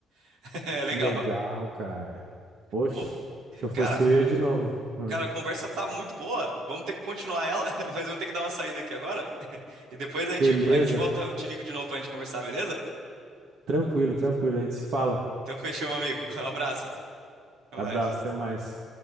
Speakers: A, on the right (about 80°); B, on the right (about 65°).
A: <laughs> É
B: Que
A: legal.
B: legal, cara. Poxa,
A: Ô,
B: se eu fosse
A: cara,
B: tu, eu ia de novo. Hum.
A: cara, a conversa tá muito boa. Vamos ter que continuar ela, <laughs> mas eu vou ter que dar uma saída aqui agora. <laughs> E depois a gente,
B: Beleza.
A: a gente volta, eu te ligo de novo pra gente conversar, beleza?
B: Tranquilo, tranquilo. A gente se fala.
A: Então fechou, meu amigo. <laughs> Um abraço. Até
B: Abraço,
A: mais.
B: até mais.